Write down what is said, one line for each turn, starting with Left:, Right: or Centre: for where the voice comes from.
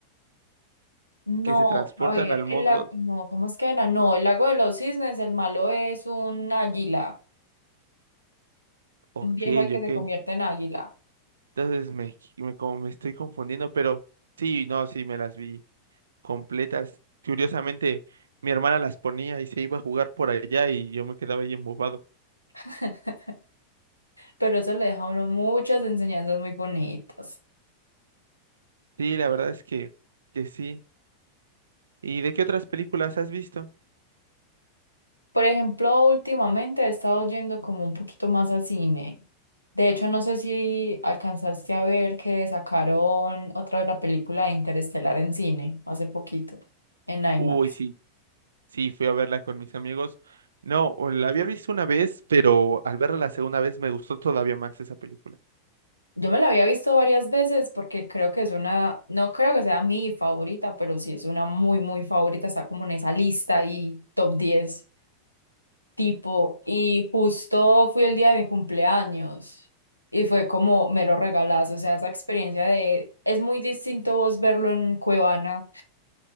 Left: No,
Right: Que se transportan
Left: a ver,
Right: al
Left: el
Right: mundo.
Left: lago, no, ¿cómo es que era? No, el lago de los cisnes, el malo es un águila,
Right: Ok,
Left: un viejo que
Right: ok.
Left: se convierte en águila,
Right: Entonces me, me, como me estoy confundiendo, pero sí, no, sí, me las vi. completas. Curiosamente, mi hermana las ponía y se iba a jugar por allá y yo me quedaba ahí embobado.
Left: <laughs> pero eso le deja a uno muchas enseñanzas muy bonitas.
Right: Sí, la verdad es que, que sí. ¿Y de qué otras películas has visto?
Left: Por ejemplo, últimamente he estado yendo como un poquito más al cine. De hecho, no sé si alcanzaste a ver que sacaron otra vez la película de Interestelar en cine hace poquito, en IMAX.
Right: Uy, sí, sí, fui a verla con mis amigos. No, o la había visto una vez, pero al verla la segunda vez me gustó todavía más esa película.
Left: Yo me la había visto varias veces porque creo que es una, no creo que sea mi favorita, pero sí es una muy, muy favorita. Está como en esa lista y top 10 tipo. Y justo fui el día de mi cumpleaños y fue como mero regalazo. O sea, esa experiencia de, es muy distinto vos verlo en Cuevana,